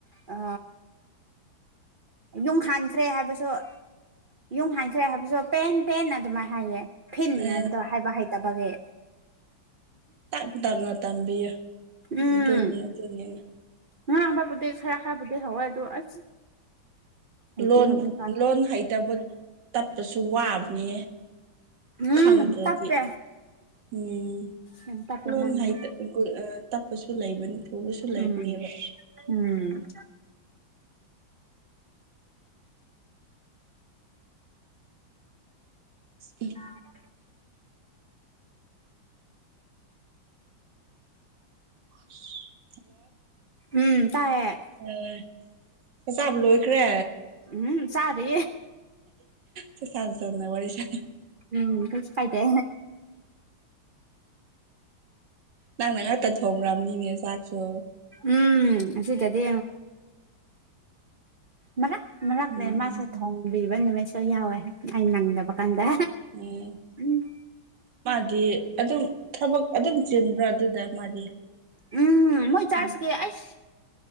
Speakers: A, on the right; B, on the right.
A: ꯑ ꯌꯨꯡ ꯍꯥꯟꯈ꯭ꯔꯦ ꯍꯥꯏꯕꯁꯨ ꯌꯨꯡ ꯍꯥꯟꯈ꯭ꯔꯦ ꯍꯥꯏꯕꯁꯨ ꯄꯦꯟ ꯄꯦꯟ ꯑꯗꯨꯃꯥꯏꯅꯥ ꯍꯥꯏꯌꯦ꯫ ꯐꯤꯟ
B: ꯑ
A: ꯍꯥꯏꯕꯗꯣ ꯍꯥꯏꯕ ꯍꯩꯇꯕꯒꯤ
B: ꯇꯥꯡ ꯇꯥꯛꯅ ꯇꯝꯕꯤ
A: ꯎꯝ
B: ꯗꯅꯤꯌꯥ ꯗꯅꯤꯅ
A: ꯉꯥꯡꯕꯕꯨꯗꯤ ꯈꯔ ꯈꯔꯕꯨꯗꯤ ꯍꯋꯥꯏꯗꯣ ꯑꯁ ꯍꯩꯇ꯭ꯔꯤ
B: ꯂꯣꯟ
A: ꯍꯧꯖꯤꯛꯀꯥꯟ
B: ꯂꯣꯟ ꯍꯩꯇꯕ ꯇꯠꯄꯁꯨ ꯋꯥꯕ ꯅꯤ
A: ꯎꯝ
B: ꯈꯪꯗ꯭ꯔꯗꯤ
A: ꯇꯞꯄꯦ
B: ꯎꯝ
A: ꯌꯥꯝ ꯇꯞꯄꯦ
B: ꯂꯣꯟ
A: ꯃꯥꯗꯤ
B: ꯍꯥꯏ ꯇꯞꯄꯁꯨ ꯂꯩꯕꯅꯤ ꯊꯨꯕꯁꯨ ꯂꯩꯕꯅꯦꯕ
A: ꯎꯝ ꯎꯝ
B: ꯎ
A: <unintelligible> <inaudible>
B: ꯑꯁ
A: ꯎꯝ ꯇꯥꯏꯌꯦ
B: ꯑꯦ ꯆꯆꯥꯥꯕ ꯂꯣꯏꯈ꯭ꯔꯦ
A: ꯎꯝ ꯆꯥꯗꯦ
B: ꯆꯥꯛ ꯆꯥꯅ ꯆꯝꯅ ꯋꯥꯔꯤ ꯁꯥ
A: ꯎꯝ ꯀꯥꯏꯗꯦ
B: ꯅꯪꯅ ꯉꯥꯛꯇ ꯊꯣꯡꯈ꯭ꯔꯕꯅꯤꯅꯦ ꯆꯥꯛꯁꯨ
A: ꯎꯝ ꯑꯁꯤꯇꯗꯤ ꯃꯔꯛ ꯃꯔꯛꯇꯅꯦ
B: ꯎꯝ
A: ꯃꯥꯁꯨ ꯊꯣꯡꯕꯤꯕ ꯅꯨꯃꯤꯠꯁꯨ ꯌꯥꯎꯋꯦ ꯑꯩꯅ ꯅꯪꯗꯕ ꯀꯥꯟꯗ
B: ꯎꯝ
A: ꯎꯝ
B: ꯃꯥꯗꯤ ꯑꯗꯨꯝ ꯊꯕꯛ ꯑꯗꯨꯝ ꯆꯤꯟꯕ꯭ꯔꯥ ꯑꯗꯨꯗ ꯃꯥꯗꯤ
A: ꯎꯝ ꯃꯣꯏ ꯆꯔꯁꯀꯤ
B: ꯎꯝ
A: ꯑꯏꯁ